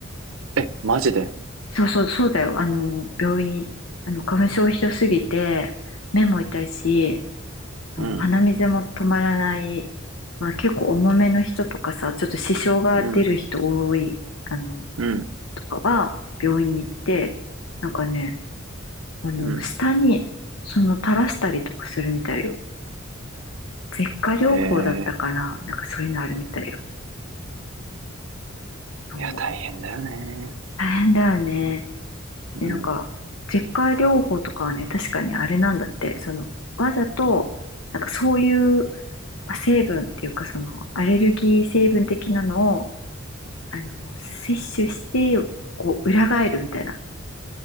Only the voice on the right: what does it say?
え、マジで。
うん。
うん。
うん。
うん。
へえ。
いや、大変だよね。
うん。